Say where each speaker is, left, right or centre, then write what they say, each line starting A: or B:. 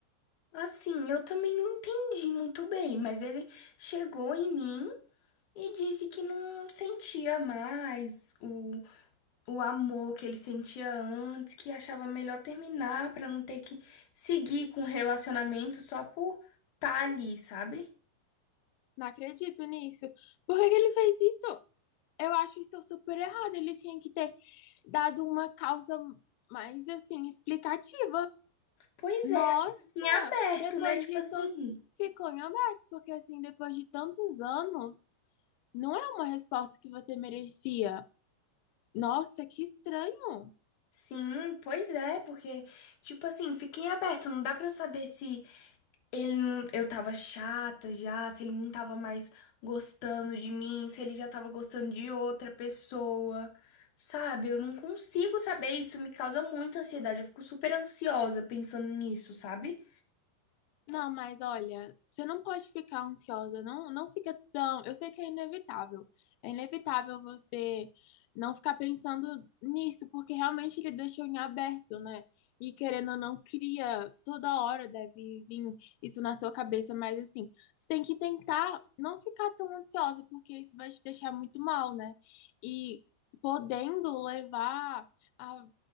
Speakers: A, on the left; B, on the left.
A: Assim, eu também não entendi muito bem, mas ele chegou em mim e disse que não sentia mais o o amor que ele sentia antes, que achava melhor terminar pra não ter que seguir com o relacionamento só por tá ali, sabe?
B: Não acredito nisso. Por que que ele fez isso? Eu acho isso super errado. Ele tinha que ter dado uma causa mais assim explicativa.
A: Pois
B: Nossa,
A: é, em aberto,
B: depois
A: né? Tipo
B: de
A: assim.
B: todo ficou em aberto, porque assim, depois de tantos anos, não é uma resposta que você merecia. Nossa, que estranho.
A: Sim, pois é, porque, tipo assim, fica em aberto, não dá pra eu saber se ele não, eu tava chata já, se ele não tava mais gostando de mim, se ele já tava gostando de outra pessoa, sabe? Eu não consigo saber, isso me causa muita ansiedade, eu fico super ansiosa pensando nisso, sabe?
B: Não, mas olha, você não pode ficar ansiosa, não, não fica tão. Eu sei que é inevitável. É inevitável você não ficar pensando nisso, porque realmente ele deixou em aberto, né? E querendo ou não, cria, toda hora deve vir isso na sua cabeça, mas assim, você tem que tentar não ficar tão ansiosa, porque isso vai te deixar muito mal, né? E podendo levar a